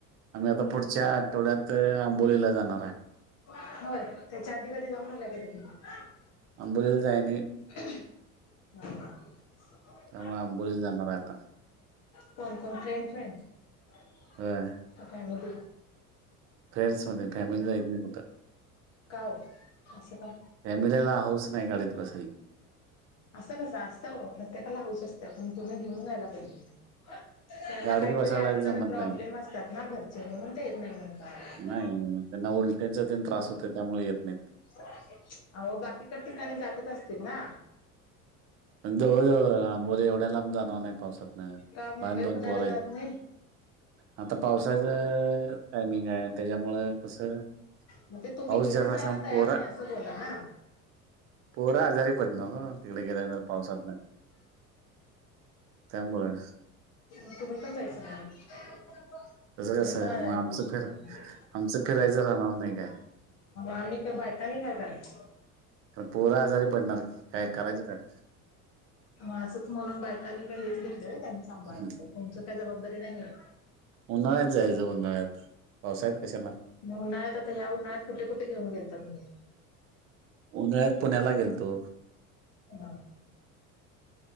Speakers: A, on the right (about 30°); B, on the left (about 35°).
A: आम्हीं आंता पुढच्यां आठवड्यांत आंबोलीला जाणारं आहे
B: होयं त्यांच्या आंधी कधीं जाऊंन आल्यां कां ते
A: अंबुलील जांयन
B: ह <unintelligible>
A: त्यांमुळे आंबोली लां जाणारं आहे आंता
B: कोणं कोणं फ्रेंड फ्रेंड त्यां
A: होय.
B: त्यांमध्ये
A: फ्रेंडस मध्यें फॅमिला येतं नाहीं
B: कांऊ असं कां
A: फॅमिलीला हाऊंस नाहीं गांडीत बसांयची
B: असं कसं असतं हो प्रत्येकांला हाऊंस असतें की पणं तुम्हीं घेऊंन जांयला पाहिजे त्यांनां
A: गाडीत
B: कांहीतरी
A: बसायला
B: अडचण
A: जमत
B: प्रॉब्लेम
A: नाही.
B: असतांत नां घरचे म्हणूंन ते येतं नाहीं म्हणतां
A: नाहीं त्यांनां उलट्यांचा जं त्रांस होतं त्यांमुळे येतं नाहीं
B: अं हो बाकीक ठिकांणी जायचं असतील नां
A: जां आंबोली एवढ्यांला जाणारं नाहीं पावसांतन लहांन
B: का मुंबई
A: दोन
B: पुण्याला
A: पोरं
B: जात
A: आहे
B: नाहीत.
A: आंता पावसाचं टायमिंग आहे आणि त्यांच्यामुळे तसं
B: मग ते तुम्ही
A: पाऊस
B: घेऊन
A: ज्यांदा
B: जायला
A: असल्यांमुळे
B: तयार
A: पोरं
B: नाही असं बोला ना.
A: पोरं आंजारी पडणांर हो तिकडे घेऊंन गेल्यांवर पावसांत नाहीं त्यांमुळे
B: तुम्हीं पणं जायचं नाहीं तुम्हीं
A: तसं कसं
B: पणं आजारी
A: मग आमचं
B: पडूं शकणारं
A: फिर आमचं फिरायचं राहणांर नाहीं कायं
B: आम्हीं बायकांनी कायं करायचं
A: पणं पोरं आंजारी पडणारं कायं करायचं कायं
B: मं असंच म्हणूंन बायकांनी कांहीं हेंच घेतलेलं आहे त्यांनी सांभाळायचं
A: हम्म.
B: तुमचं कायं जबाबदारी नाहीय
A: उन्हाळ्यांत जायचं उन्हाळ्यांत पावसांळयात कशालां
B: मं उन्हाळ्यांत आंता ह्यां उन्हाळ्यांत कुंठे कुंठे घेऊन गेलतां तुम्हीं
A: उन्हाळ्यांत पुण्यांला गेलं तो
B: हां